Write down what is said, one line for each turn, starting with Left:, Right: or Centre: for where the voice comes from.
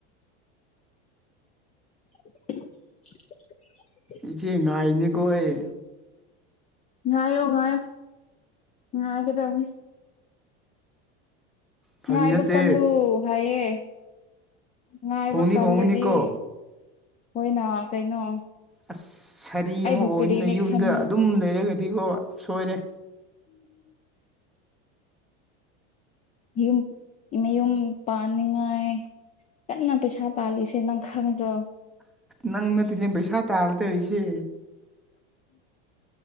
Left: <unintelligible>
Centre: ꯏꯆꯦ ꯉꯥꯏꯔꯤꯅꯤꯀꯣ ꯑꯩ
Left: ꯉꯥꯏꯌꯣ ꯉꯥꯏꯌꯣ ꯉꯥꯏꯒꯗꯕꯅꯤ
Centre: ꯐꯥꯒꯤ
Left: ꯉꯥꯏꯕ
Centre: ꯅꯠꯇꯦ
Left: ꯀꯜꯂꯨ ꯍꯥꯏꯌꯦ ꯉꯥꯏꯕ
Centre: ꯍꯣꯡꯅꯤ
Left: ꯀꯜꯂꯗꯤ
Centre: ꯍꯣꯡꯒꯅꯤꯀꯣ
Left: ꯍꯣꯏꯅ ꯀꯩꯅꯣ
Centre: ꯑꯁ ꯁꯥꯔꯤ
Left: ꯑꯩꯕꯨ
Centre: ꯑꯃꯨꯛ ꯑꯣꯏꯗꯅ
Left: ꯀꯔꯤꯅꯦ
Centre: ꯌꯨꯝꯗ
Left: ꯈꯟꯕ꯭ꯔꯣ
Centre: ꯑꯗꯨꯝ ꯂꯩꯔꯒꯗꯤꯀꯣ ꯁꯣꯏꯔꯦ
Left: ꯌꯨꯝ ꯃꯌꯨꯝ ꯄꯥꯟꯅꯤꯡꯉꯥꯏ ꯀꯟꯅ ꯄꯩꯁꯥ ꯇꯥꯜꯂꯤꯁꯦ ꯅꯪ ꯈꯪꯗ꯭ꯔꯣ
Centre: ꯅꯪ ꯅꯠꯇꯦꯅꯦ ꯄꯩꯁꯥ ꯇꯥꯜꯂꯗꯨꯢꯁꯦ